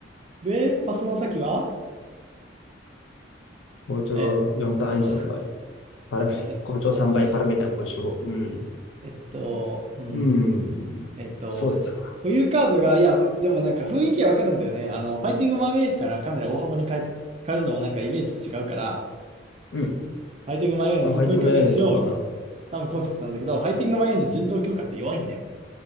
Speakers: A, on the right; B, on the left.
A: で、パスの先は、
B: 校長4単ン以上の場合。
A: えーっと、
B: パラメ、
A: えーっと、
B: 校長3倍、パラメータ55。うん。
A: えーっと、うーん、
B: うん。
A: えーっと、
B: そうですか。
A: 固有カードが、いや、でもなんか雰囲気わかるんだよね。あの、ファイティングマンウェイからかなり大幅に変え、変えるのもなんかイメージ違うから、
B: うん。
A: ファイティングマイエンの人頭強化にしようみたいな。
B: まあ、ファイティングメインの強化版。
A: 多分コンセプトなんだけど、ファイティングマイエンの人頭強化って弱いんだよ。